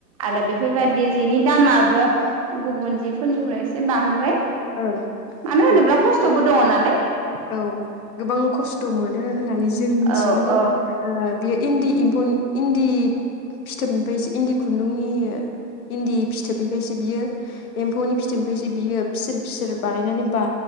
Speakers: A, on the right; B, on the left.
A: आरो बेफोरबादि जिनि दामाबो गुबुन जिफोरनिख्रुइ एसे बांद्राय
B: ओं
A: मानो होनोब्ला
B: औ
A: खस्थबो दंङ ना <unintelligible>
B: औ गोबां खस्थ मोनो होननानै जों मिथियो
A: औ
B: माने
A: औ
B: ओ बे इन्दि इम्फु इन्दि फिथोबनिफ्रायसो इन्दि खुन्दुंनि इन्दि फिथोबनिफ्रायसो बियो एम्फौनि फिथोबनिफ्रायसो बियो फिसोर फिसोर बानायनानै बा